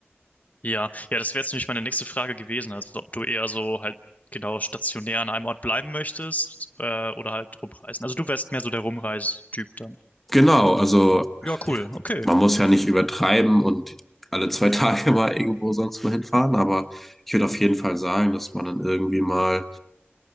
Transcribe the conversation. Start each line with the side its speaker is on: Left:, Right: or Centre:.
Left: Ja, ja, das wäre jetzt nämlich meine nächste Frage gewesen. Also, ob du eher so halt genau stationär an einem Ort bleiben möchtest, äh, oder halt rumreisen. Also, du wärst mehr so der Rumreistyp dann.
Centre: Genau, also
Left: Ja, cool. Okay.
Centre: man muss ja nicht übertreiben und alle zwei <laughs> Tage mal irgendwo sonst wohin fahren, aber ich würde auf jeden Fall sagen, dass man dann irgendwie mal